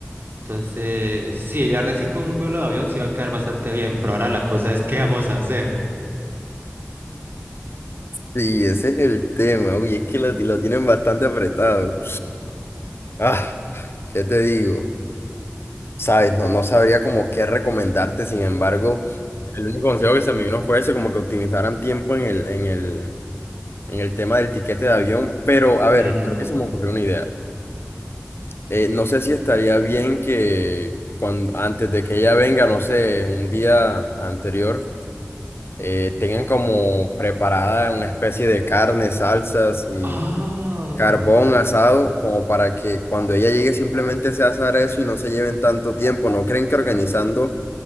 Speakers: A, on the right; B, on the left.
A: Entonces, sí, la verdad es que con un vuelo de avión sí va a quedar bastante bien, pero ahora la cosa es qué vamos a hacer.
B: Sí, ese es el tema. Uy, es que lo, lo tienen bastante apretado. Ah, ¿qué te digo? Sabes, no, no sabría como qué recomendarte, sin embargo, el único consejo que se me vino fue ese, como que optimizaran tiempo en el, en el, en el tema del tiquete de avión, pero a ver,
A: Ujú.
B: creo que se me ocurrió una idea. Eh, no sé si estaría bien que cuando, antes de que ella venga, no sé, un día anterior, eh, tengan como preparada una especie de carne, salsas y
A: Oh.
B: carbón asado, como para que cuando ella llegue simplemente se asar eso y no se lleven tanto tiempo. ¿No creen que organizando